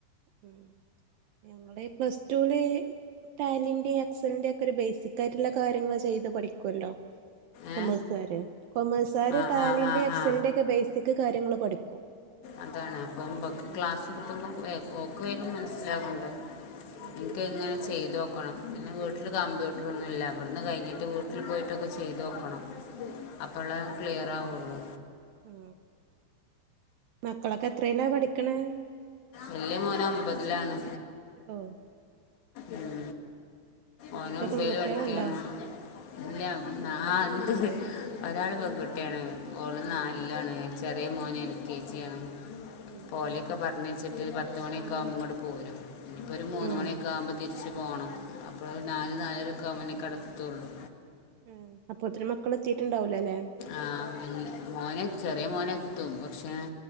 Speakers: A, on the right (about 75°); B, on the left (about 75°).
A: ഉം ഞങ്ങടെ ഈ പ്ലസ്ടുല് ട്ടാലിന്റെ എക്സലിന്റെ ഒക്കെ ഒരു ബേസിക് ആയിട്ടുള്ള കാര്യങ്ങൾ ചെയ്ത് പഠിക്കൊല്ലോ.
B: ഏ
A: കൊമേഴ്സാര് കൊമേഴ്സാര്
B: ആ
A: ടാലിന്റെ
B: ആ ആ
A: എക്സലന്റെ
B: ആ
A: ഒക്കെ ബേസിക് കാര്യങ്ങൾ പഠിക്കും.
B: അതാണ് അപ്പൊമ്പക്ക്
A: ഉം
B: ക്ലാസ് കിട്ടുമ്പോ ഓക്ക് വേഗം മനസ്സിലാകുണ്ട്
A: ഉം
B: ഇൻക്കിങ്ങനെ ചെയ്തു നോക്കണം പിന്നെ വീട്ടില് കമ്പ്യൂട്ടർ ഒന്നും ഇല്ല. വിടുന്ന് കഴിഞ്ഞിട്ട് വീട്ടിൽ പോയിട്ടൊക്കെ ചെയ്ത് നോക്കണം. അപ്പളേ ക്ലിയർ ആവുള്ളൂ.
A: ഉം മക്കളൊക്കെ എത്രീല പഠിക്ക്ണേ?
B: വല്ല്യമോന് ഒമ്പതിലാണ്.
A: ഓഹ്.
B: ഉം
A: പിന്നൊക്കെ
B: ഓന് ഒൻബേല്
A: പെൺകുട്ടികളുണ്ടോ
B: പടിക്കാണ് ഇല്ല
A: ഉം
B: ന്നാ <unintelligible> ഒരാള് പെൺകുട്ടിയാണ് ഓൾ
A: ഉം
B: നാല് താണ് ചെറിയ മോന് എ ൽ കെ ജി ആണ്
A: ഉം
B: ഓലൊക്കെ പറഞ്ഞയ് ച്ചിട്ട് പത്ത്മണി ഒക്കെ ആവുമ്പോ ഇങ്ങട്ട് പോരും. ഇപ്പോ ഒരു മൂന്ന്
A: ഉം
B: മണി ഒക്കെ ആവുമ്പോ. തിരിച്ചു പോണം അപ്പോൾ നാൽ നാലരൊക്കെ അവുമ്പോ നി കെടത്തുള്ളൂ.
A: ഉം അപ്പൊത്തിന് മക്കൾ എത്തിയിട്ടുണ്ടാവൂലലേ
B: ആ പി മോനെ ചെറിയ മോനെത്തും പക്ഷെ